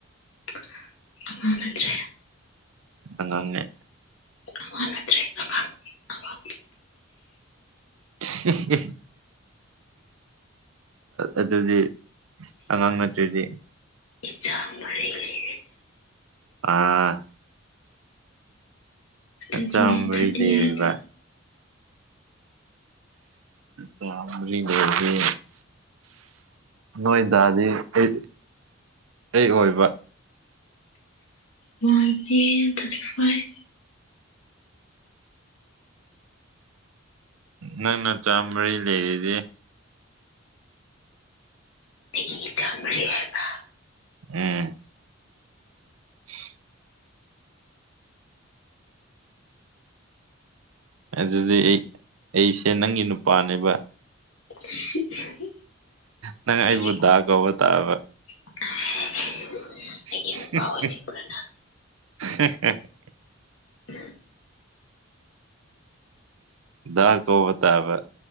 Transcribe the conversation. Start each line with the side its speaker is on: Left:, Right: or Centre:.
Left: <inaudible> ꯑꯉꯥꯡ ꯅꯠꯇꯔ꯭ꯦ
Right: ꯑꯉꯥꯡꯅꯦ
Left: ꯑꯉꯥꯪ ꯅꯠꯇ꯭ꯔꯦ ꯑ ꯑ
Right: <inaudible> ꯑꯗꯨꯗꯤ ꯑꯉꯥꯡ ꯅꯠꯇ꯭ꯔꯤꯗꯤ
Left: ꯏꯆꯥꯥ ꯃꯔꯤ ꯂꯩ
Right: ꯑ
Left: ꯑꯗꯨꯒꯤꯅꯦ
Right: ꯅꯆꯥ ꯃꯔꯤ
Left: ꯊꯥꯔꯇꯤ
Right: ꯂꯩꯔꯕ
Left: ꯍꯥꯏꯗꯣ
Right: ꯅꯆꯥ ꯃꯔꯤ ꯂꯩꯔꯗꯤ ꯅꯣꯏꯗꯥꯗꯤ ꯀꯩ ꯀꯩ ꯑꯣꯏꯕ
Left: ꯋꯥꯟꯇ ꯊꯔ ꯐꯥꯏꯚ
Right: ꯅꯪ ꯅꯆꯥ ꯃꯔꯤ ꯂꯩꯔꯤꯗꯤ
Left: ꯑꯩꯒꯤ ꯏꯆꯥ ꯃꯔꯤ ꯍꯥꯏꯕ
Right: ꯎꯝ <inaudible> ꯑꯗꯨꯗꯤ ꯑꯩ ꯑꯩꯁꯦ ꯅꯪꯒꯤ ꯅꯨꯄꯥꯅꯦꯕ
Left: <inaudible>
Right: ꯅꯪ ꯑꯩꯕꯨ
Left: ꯑꯩꯒꯤ
Right: ꯗꯥꯥ ꯀꯧꯕ ꯇꯥꯕ
Left: <inaudible>
Right: <inaudible>
Left: ꯑꯣꯏꯅꯤꯡꯕ꯭ꯔꯥ <inaudible>
Right: ꯗ ꯀꯧꯕ ꯇꯥꯕ